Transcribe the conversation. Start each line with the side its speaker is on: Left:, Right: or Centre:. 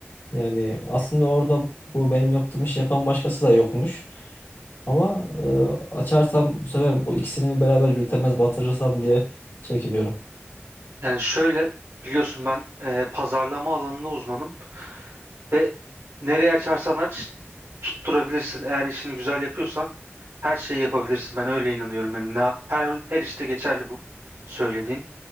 Left: Yani aslında orada bu benim yaptığım işi yapan başkası da yokmuş. Ama e, açarsam bu sefer bu ikisini beraber yürütemez batırırsam diye çekiniyorum.
Right: Yani şöyle biliyorsun ben e, pazarlama alanında uzmanım. Ve nereye açarsan aç tutturabilirsin. Eğer işini güzel yapıyorsan her şeyi yapabilirsin. Ben öyle inanıyorum. Yani na- her, her işte geçerli bu söylediğim.